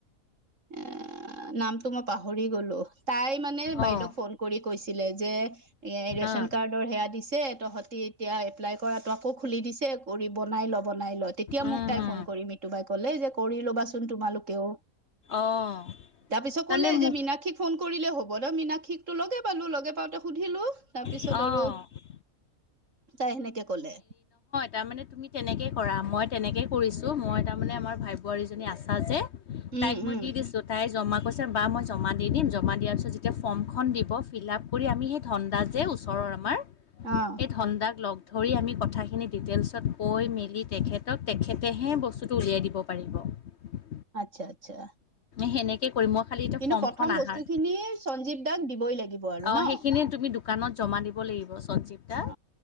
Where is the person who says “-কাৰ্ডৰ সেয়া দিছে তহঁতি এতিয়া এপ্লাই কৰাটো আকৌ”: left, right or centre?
Right